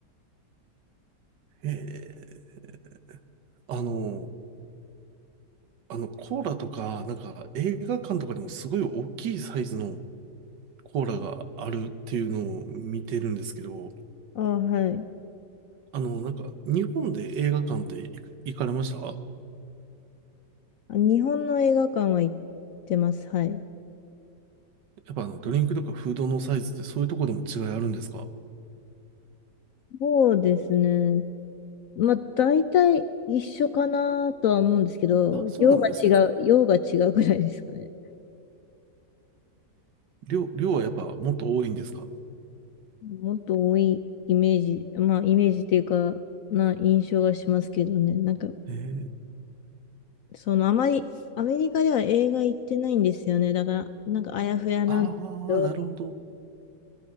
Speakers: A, on the right; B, on the left.
A: <laughs> ええあの、あのコーラとか、なんか映画館とかでもすごい大きいサイズのコーラがあるっていうのを見てるんですけど、
B: あ、はい。
A: あの、なんか日本で映画館って行く行かれました
B: あ日本の映画館は行ってます。はい。
A: やっぱあのドリンクとかフードのサイズってそういうとこでも違いあるんですか
B: そうですね。まあ、大体一緒かなとは思うんですけど、
A: あ、そうなんですね。
B: 量が違う、量が違うぐらいですかね。
A: 量、量はやっぱもっと多いんですか
B: もっと多いイメージ、まあイメージっていうか、な印象がしますけどね。なんか、
A: ええ
B: そのあまり、アメリカでは映画行ってないんですよね。だから、なんかあやふやなんですけど、
A: ああー、なるほど。